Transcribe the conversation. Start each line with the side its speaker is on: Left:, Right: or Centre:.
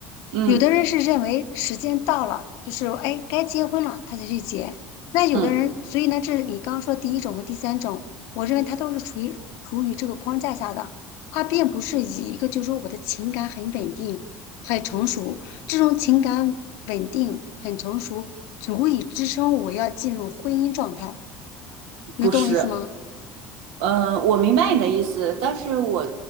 Right: 嗯
Left: 有的人是认为时间到了，就是哎该结婚了，他才去结。那有的人，
Right: 嗯，
Left: 所以呢，这是你刚刚说第一种和第三种，我认为他都是处于处于这个框架下的，他并不是以一个就是说我的情感很稳定、很成熟，这种情感稳定、很成熟，足以支撑我要进入婚姻状态。能懂我意思吗？
Right: 不是。嗯，我明白你的意思，但是我